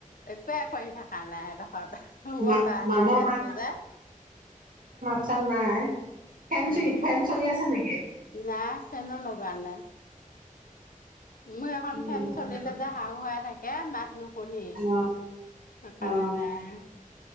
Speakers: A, on the left (about 85°); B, on the right (about 80°).
A: একোৱে কৰি থকা নাই, এদশত মই
B: মা
A: বাৰান্দাতে
B: মানুহৰ
A: আছো
B: মাত
A: যে!
B: <unintelligible> নাই ফেন
A: উম!
B: চ ফেন চলি আছে নেকি
A: নাই ফেনো লগোৱা নাই। মোৰ এখন
B: উম,
A: ফেন চলিলে যে, হাহুৱাই থাকে। এ <unintelligible> নুশুনি,
B: অ
A: সেইকাৰণে
B: অ
A: নাই।